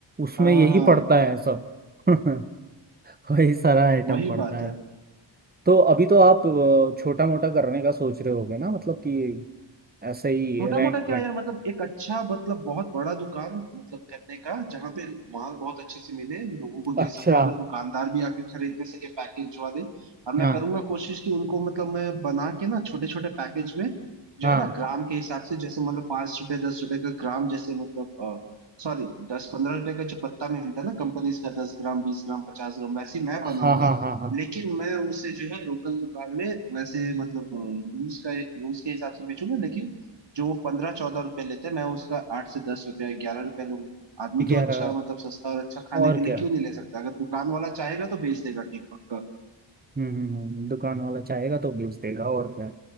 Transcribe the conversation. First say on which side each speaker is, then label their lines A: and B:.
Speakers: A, on the right; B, on the right.
A: उसमें
B: हाँ
A: यही
B: हाँ
A: पड़ता है सब <laughs> वही सारा आइटम
B: वही
A: पड़ता
B: बात
A: है
B: है
A: तो अभी तो आप छोटा मोटा करने का सोच रहे होगे ना मतलब कि ऐसे ही
B: छोटा
A: रेंट
B: मोटा क्या
A: वेंट
B: यार मतलब एक अच्छा मतलब बहुत बड़ा दुकान मतलब करने का जहां पे माल बहुत अच्छे से मिले लोगों को दे
A: अच्छा
B: सको अगर दुकानदार भी आके खरीदने सके पैकेज वाले और मैं
A: हाँ
B: करूंगा कोशिश कि उनको मतलब मैं बना के ना छोटे छोटे पैकेज में जो
A: हाँ
B: है ना ग्राम के हिसाब से जैसे मतलब पांच रुपए दस रुपए का ग्राम जैसे मतलब सॉरी दस पंद्रह रुपए का जो पत्ता मिलता है ना कंपनीज का दस ग्राम बीस ग्राम पचास ग्राम वैसे ही मैं बनाऊंगा
A: हाँ हाँ हाँ हाँ
B: लेकिन मैं उसे जो है लोकल दुकान में वैसे मतलब रूल्स का रूल्स के हिसाब से बेचूंगा लेकिन जो वो पंद्रह चौदह रुपए लेते हैं मैं उसका आठ से दस रुपया ग्यारह रुपया लूंगा आदमी
A: ग्यारह
B: तो अच्छा मतलब सस्ता और अच्छा खाने
A: और
B: के लिए
A: क्या
B: क्यों नहीं ले सकता अगर दुकान वाला चाहेगा तो बेच देगा ठीक पक्का
A: हम्म हम्म हम्म, दुकान वाला चाहेगा तो बेच देगा और क्या